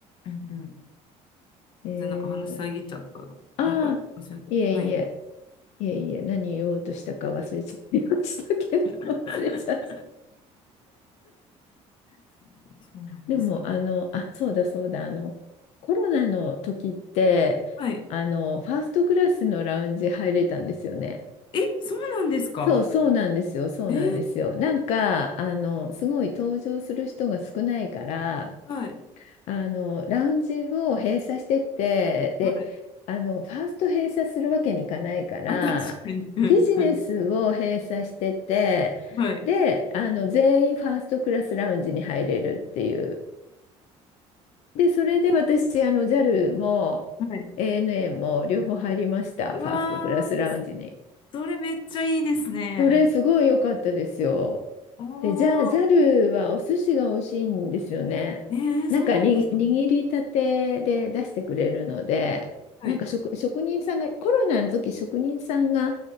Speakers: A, on the left; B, on the left.
A: うんうん。
B: えー、
A: で、なんか話遮っちゃった。
B: ああ、
A: なんか、れ
B: いえいえ、
A: はい。
B: いえいえ、何言おうとしたか忘れちゃいましたけど、
A: <laughs>
B: <laughs> 忘れちゃった。
A: そう、そうなんですよ。
B: でも、あの、あ、そうだそうだ、あの、コロナの時って、
A: はい。
B: あの、ファーストクラスのラウンジ入れたんですよね。
A: え、そうなんですか
B: そう、そうなんですよ、そうなんですよ。
A: えー、
B: なんか、あの、すごい登場する人が少ないから、
A: はい。
B: あの、ラウンジを閉鎖してって、で、
A: はい。
B: あの、ファースト閉鎖するわけにいかないから、
A: あ、確かに。うんうん。
B: ビジネスを閉鎖してって、
A: はい。
B: で、あの、全員ファーストクラスラウンジに入れるっていう。で、それで私、あの、JAL も
A: はい。
B: ANA も両方入りました、
A: はい。うわ
B: ファーストクラスラウンジに。
A: ー、それめっちゃいいですね。
B: それ、すごい良かったですよ。
A: お
B: で、ジャ、ザルはお寿司が美味しいんですよね。
A: ー。えー、
B: なんかに、
A: そうなんですね。
B: 握りたてで出してくれるので、
A: はい。
B: なんか職、職人さんが、コロナの時職人さんが、